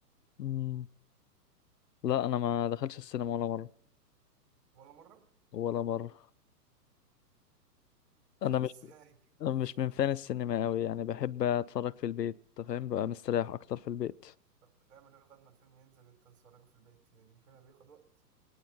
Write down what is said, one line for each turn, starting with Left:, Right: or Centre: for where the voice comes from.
Left: امم لا انا ما دخلش السينما ولا مرة
Right: ولا مرة
Left: ولا مرة انا
Right: <laughs>
Left: مش
Right: ازاي
Left: مش من فان السينما قوي يعني بحب اتفرج في البيت أنت فاهم بقى مستريح اكتر في البيت
Right: طب بتعمل ايه لغاية ما الفيلم ينزل انت تتفرجه في البيت يعني الفيلم بياخد وقت